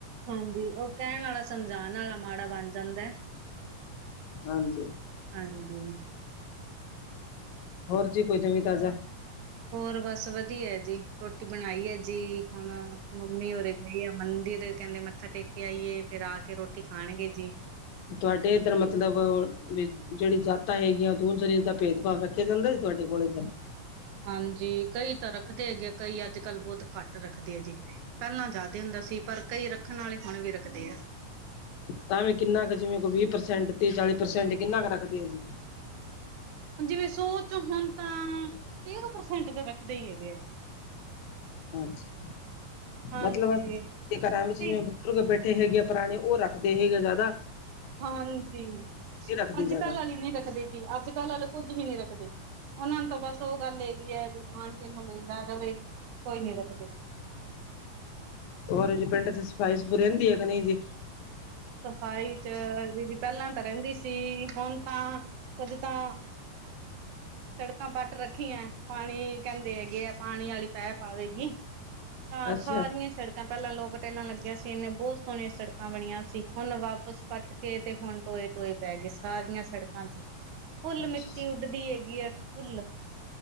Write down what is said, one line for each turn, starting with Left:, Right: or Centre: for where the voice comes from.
Right: ਹਾਂਜੀ ਓ ਕੈਅਣ ਆਲਾ ਸਮਝਾਣ ਆਲਾ ਮਾੜਾ ਬਣ ਜਾਂਦੈ।
Left: ਹਾਂਜੀ।
Right: ਹਾਂਜੀ।
Left: ਹੋਰ ਜੀ ਕੋਈ ਨਵੀਂ ਤਾਜ਼ਾ।
Right: ਹੋਰ ਬਸ ਵਦੀਐ ਜੀ ਰੋਟੀ ਬਨਾਈ ਐ ਜੀ ਹੁਣ, ਮੰਮੀ ਉਰੇ ਗੲੀ ਐ ਮੰਦਿਰੇ ਕਹਿੰਦੇ ਮੱਥਾ ਟੇਕ ਏ ਆਈਏ ਫਿਰ ਆ ਕੇ ਰੋਟੀ ਖਾਣਗੇ ਜੀ।
Left: ਤੁਆਡੇ ਏਧਰ ਮਤਲਬ ਵੀ ਜਿਹੜੀ ਜਾਤਾਂ ਹੈਗੀਆਂ <unintelligible> ਚੀਜ ਦਾ ਭੇਦਭਾਵ ਰੱਖ <unintelligible> ਦੈ ਤੁਹਾਡੇ ਕੋਲ ਏਦਰ
Right: ਹਾਂਜੀ ਕਈ ਤਾਂ ਰੱਖਦੇ ਹੈਗੇ ਆ ਕਈ ਅੱਜ ਕੱਲ੍ਹ ਬੋਤ ਘੱਟ ਰੱਖਦੇ ਐ ਜੀ। ਪਹਿਲਾਂ ਜ਼ਾਦੇ ਹੁੰਦਾ ਸੀ ਪਰ ਕਈ ਰੱਖਨ ਆਲੇ ਹੁਨ ਵੀ ਰੱਖਦੇ ਐ।
Left: ਤਾਂਵੀ ਕਿੰਨਾ ਕ ਜਿਵੇਂ ਕੋ ਵੀਹ ਪ੍ਰਸੈਂਟ, ਤੀ-ਚਾਲੀ ਪ੍ਰਸੈਂਟ ਕਿੰਨਾ ਕ ਰੱਖਦੇ ਐ ਜੀ।
Right: ਹੁਣ ਜਿਵੇਂ, ਸੋਚ ਹੁਣ ਤਾਂ ਤੀਹ ਕੁ ਪਰਸੈਂਟ ਤਾਂ ਰੱਖਦੇ ਈ ਹੈਗੇ ਆ ਜੀ।
Left: ਅੱਛਾ
Right: ਹਾਂਜੀ
Left: ਮਤਲਬ ਕ <unintelligible>
Right: ਤੇ
Left: <unintelligible> ਬੈਠੇ ਹੈਗੇ ਆ ਪੁਰਾਣੇ ਓ ਰੱਖਦੇ ਹੈਗੇ ਜਾਦਾ।
Right: ਹਾਂਜੀ,
Left: ਰੱਖਦੀ
Right: ਅੱਜ
Left: ਜ਼ਿਆਦਾ
Right: ਕੱਲ੍ਹ ਆਲ ਈ ਨੀ ਰੱਖਦੇ ਏ ਅੱਜ ਕੱਲ੍ਹ ਆਲ ਕੁੱਝ ਵੀ ਨੀ ਰੱਖਦੇ। ਓਨਾਂ ਨੂੰ ਤਾਂ ਬਸ ਉਹ ਗੱਲ ਹੇਗੀ ਐ ਵੀ ਖਾਣ-ਪੀਣ ਨੂੰ ਮਿਲਦਾ ਰਵੇ ਕੋਈ ਨੀ ਰੱਖਦੇ।
Left: ਹੋਰ ਜੀ ਪਿੰਡ ਚ ਸਫਾਈ ਸਫੂ ਰਹਿੰਦੀ ਐ ਕਿ ਨੲੀਂ ਜੀ?
Right: ਸਫ਼ਾਈ ਚ ਦੀਦੀ ਪਹਿਲਾਂ ਤਾਂ ਰਹਿੰਦੀ ਸੀ ਹੁਣ ਤਾਂ, ਕੁੱਝ ਤਾਂ ਛੜਕਾਂ ਪੱਟ ਰੱਖੀਐਂ ਪਾਣੀ ਕਹਿੰਦੇ ਹੈਗੇ ਐ ਪਾਣੀ ਆਲੀ ਪੈਪ ਆਵੇਗੀ। ਹਾਂ
Left: ਅੱਛਾ
Right: ਸਾਰੀਐਂ ਸੜਕਾਂ ਪਹਿਲਾਂ ਲੋਕ ਟੈਲਾਂ ਲੱਗਿਆਂ ਸੀ ਇਨੇ ਬਹੁਤ ਸੋਹਣੀਆਂ ਸੜਕਾਂ ਬਣੀਆਂ ਸੀ। ਹੁਣ ਵਾਪਸ ਪੱਟ ਕੇ ਤੇ ਹੁਣ ਟੋਏ-ਟੋਏ ਪੈ ਗਏ ਸਾਰੀਆਂ ਸੜਕਾਂ ਚ। ਫੁੱਲ
Left: ਅੱਛਾ
Right: ਮਿੱਟੀ ਉੱਡਦੀ ਹੈਗੀ ਐ ਫੁੱਲ।